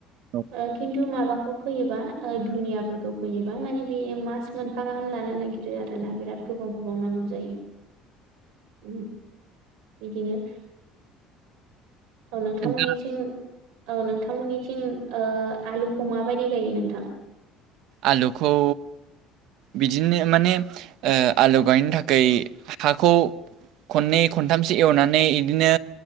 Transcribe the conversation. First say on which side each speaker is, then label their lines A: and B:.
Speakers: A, on the right; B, on the right.
A: औ
B: ओ खिन्थु माबाखौ फोयोबा ओ धुनियाफोरखौ फोयोबा माने बे मास मोनफा गाहाम लानो नागिरो आरोना बिराद गोबाव गोबाव नांगौ जायो। उम बिदिनो औ नोंथांमोननिसिम
A: दा
B: औ नोंथांमोननिथिं ओ आलुखौ माबायदि गायो नोंथां?
A: आलुखौ बिदिनो माने ओ आलु गायनो थाखाय हाखौ खननै खनथामसो एवनानै इदिनो